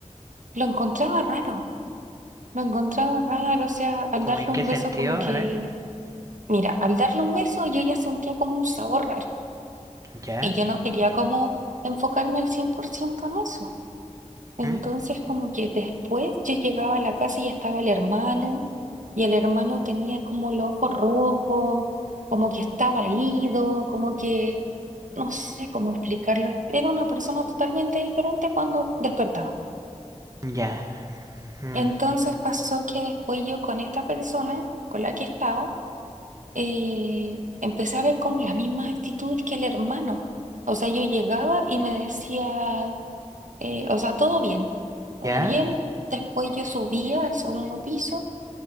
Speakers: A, on the right; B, on the right.
A: lo encontraba raro, lo encontraba raro, o sea, al
B: ¿Cómo
A: darle
B: en qué
A: un
B: sentido?
A: beso como
B: A
A: que,
B: ver,
A: mira, al darle un beso yo ya sentía como un sabor raro
B: ya,
A: y yo no quería como enfocarme al 100% en eso. Entonces,
B: ujú,
A: como que después yo llegaba a la casa y estaba el hermano, y el hermano tenía como el ojo rojo, como que estaba ido, como que no sé cómo explicarlo. Era una persona totalmente diferente cuando despertaba.
B: ya, mm,
A: Entonces pasó que después yo con esta persona con la que estaba, eh, empecé a ver como las mismas actitudes que el hermano. O sea, yo llegaba y me decía. eh, o sea, todo bien, todo
B: ya,
A: bien. Después yo subía al segundo piso,